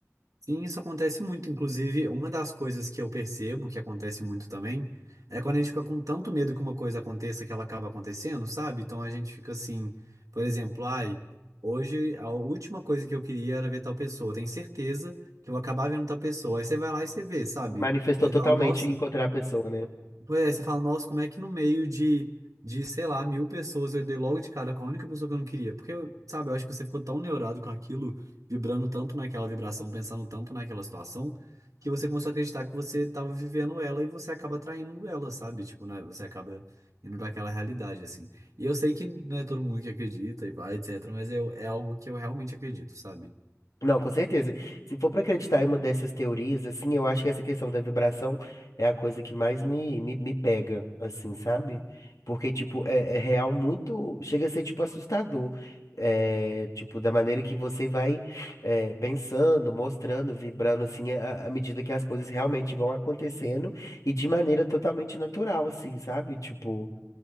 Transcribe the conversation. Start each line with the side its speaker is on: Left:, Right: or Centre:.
Right: Sim, isso acontece muito. Inclusive, uma das coisas que eu percebo que acontece muito também é quando a gente fica com tanto medo que uma coisa aconteça que ela acaba acontecendo, sabe? Então a gente fica assim, por exemplo, ai, hoje a última coisa que eu queria era ver tal pessoa. Eu tenho certeza que eu vou acabar vendo tal pessoa. Aí você vai lá e você vê, sabe?
Left: Manifestou
Right: Aí
Left: totalmente
Right: você fala, nossa.
Left: encontrar a pessoa, né?
Right: Pois é, você fala, nossa, como é que no meio de, de, sei lá, mil pessoas eu dei logo de cara com a única pessoa que eu não queria? Porque, sabe, eu acho que você ficou tão neurado com aquilo, vibrando tanto naquela vibração, pensando tanto naquela situação, que você começou a acreditar que você estava vivendo ela e você acaba atraindo ela, sabe? Tipo, né? Você acaba indo para aquela realidade, assim. E eu sei que não é todo mundo que acredita e vai, etc., mas eu, é algo que eu realmente acredito, sabe?
Left: Não, com certeza. Se for para acreditar em uma dessas teorias, assim, eu acho que essa questão da vibração é a coisa que mais me, me, me pega, assim, sabe? Porque, tipo, é, é real muito. Chega a ser, tipo, assustador. É, tipo, da maneira que você vai é, pensando, mostrando, vibrando, assim, à à medida que as coisas realmente vão acontecendo e de maneira totalmente natural, assim, sabe? Tipo.